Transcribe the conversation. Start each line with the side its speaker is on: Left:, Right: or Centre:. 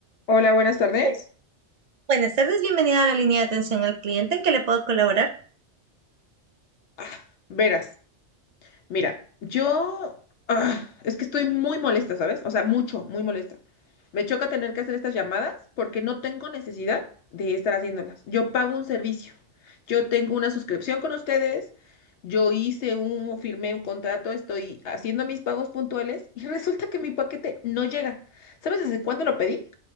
Left: Hola, buenas tardes.
Right: Bueno, Buenas tardes, bienvenida a la línea de atención al cliente. ¿En qué le puedo colaborar?
Left: Ah, verás, mira, yo ah, es que estoy muy molesta, ¿sabes? O sea, mucho, muy molesta. Me choca tener que hacer estas llamadas porque no tengo necesidad de estar haciéndolas. Yo pago un servicio. Yo tengo una suscripción con ustedes. Yo hice un, firmé un contrato, estoy haciendo mis pagos puntuales y resulta que mi paquete no llega. ¿Sabes desde cuándo lo pedí?